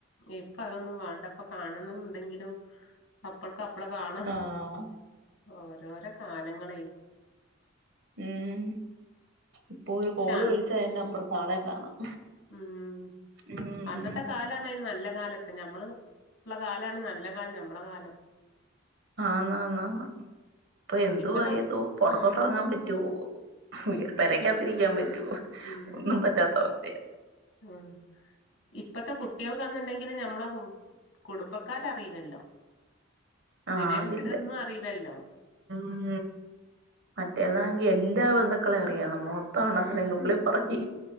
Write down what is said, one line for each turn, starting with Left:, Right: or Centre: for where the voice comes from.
Left: ഇപ്പോ അതൊന്നും വാണ്ട ഇപ്പം കാണണന്നുണ്ടങ്കിലും അപ്പൾക്ക് അപ്പള കാണാം.
Right: ആഹ്
Left: ഓരോരോ കാലങ്ങളെ
Right: ഉം ഇപ്പോ ഒരു
Left: പക്ഷെ
Right: കോള് വിളിച്ച് കഴിഞ്ഞാ അപ്പർത്ത് ആളെ കാണാം
Left: ഉം
Right: ഉം
Left: അന്നത്തെ കാലാണ് നല്ല കാലട്ടെ ഞമ്മള് ള്ള കാലാണ് നല്ല കാലം ഞമ്മള കാലം
Right: ആന്ന് ആന്ന് ആന്ന്. ഇപ്പ എന്തോ
Left: ഇപ്പത്തെ
Right: ഏതോ പൊറത്തോട്ട്
Left: ആഹ്
Right: എറങ്ങാൻ പറ്റുവോ പെരകക്കത്തിരിക്കാൻ
Left: ഇപ്
Right: പറ്റോ
Left: ഉം
Right: ഒന്നും പറ്റാത്ത അവസ്ഥയ
Left: ഉം ഇപ്പത്ത കുട്ട്യോള് കാന്ന്ണ്ടങ്കിലും ഞമ്മളെ കു കുടുംബക്കാരറീലല്ലോ
Right: ആഹ്
Left: റിലേൻസിനൊന്നും
Right: അതില്ല.
Left: അറീലല്ലോ
Right: ഉം മറ്റേതാങ്കില് എല്ലാ ബന്ധുക്കളെ അറിയാം നമോ ത് ഓണത്തിന്‌
Left: ആഹ്
Right: നുള്ളി പെർക്കി